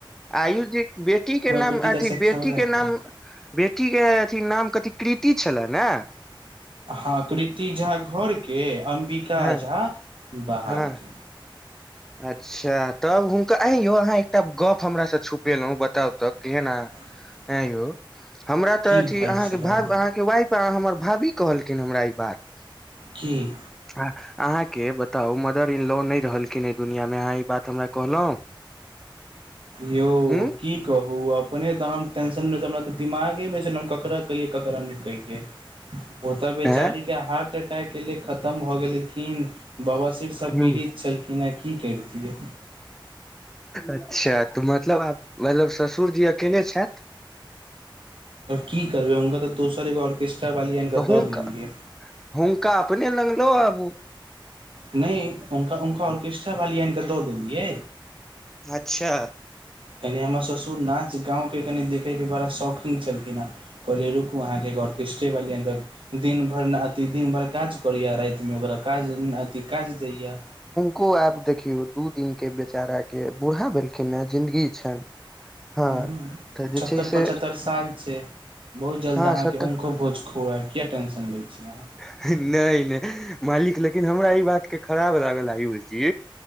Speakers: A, in the centre; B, on the right (about 80°).
A: आयोजी बेटी के नाम
B: बेटी
A: अथी
B: तऽ सक्षम
A: बेटी
B: रहत
A: के
B: ने
A: नाम बेटी के अथी नाम कथी कृति छले ने
B: हँ कृति झा घर के अम्बिका
A: हँ
B: झा बाहरके
A: हँ अच्छा तब हुनका आइयौ अहाँ एकटा गप हमरा से छुपेलहुँ बताउ तक केना
B: <unintelligible>
A: ए यौ हमरा
B: की
A: तऽ अथी
B: भाय
A: अहाँके
B: साहब
A: भा अहाँके वाइफ आ हमर भाभी कहलखिन हमरा ई बात
B: की
A: अहाँके बताउ मदर इन लॉ नहि रहलखिन दुनियामे अहाँ ई बात हमरा कहलहुँ
B: यौ
A: हूँ
B: की कहू आब अपने त टेंशन मे हमरा दिमागे मे छैन हम ककड़ा कहियै ककड़ा नै कहियै ओ तऽ बेैचारी
A: ऐं
B: के हार्ट अटैक एलै खतम भऽ गेलखिन बाबा शिरसँ
A: हूँ
B: पीड़ित छलखिन हें की कैरतियै
A: अच्छा तऽ मतलब आब मतलब ससुर जी अकेले छथि
B: की करबै हुनका तऽ दोसर एगो अर्केस्ट्रा वाली अइन के
A: तऽ
B: दऽ
A: हुनका
B: देलियै
A: हुनका अपने लग लो आबू
B: नहि हुनका हुनका ऑर्केस्ट्रा वाली आनि कऽ दऽ देलियै
A: अच्छा
B: कनी हमर ससुर नाच गाँमके कनि देखैके बड़ा शौकीन छलखिन हें कलेरुकु आहाँके एगो आर किसते दिन भर अति दिन भर काज करैए रातिमे ओकरा काज अथी काज दैए
A: को आब देखियौ दू दिन के बेचारा के बूढ़ा भेलखिन ने जिंन्दगी छनि हँ
B: हूंम्म
A: तऽ जे
B: छत्तर
A: छै से
B: पचहत्तर साल छै बहुत जल्द
A: हँ
B: अहाँके
A: सत
B: उनको भोज खोआएब किए टेंशन लैत छी अहाँ
A: नहि नहि मालिक लेकिन हमरा ई बात के खराब लागल आयूष जी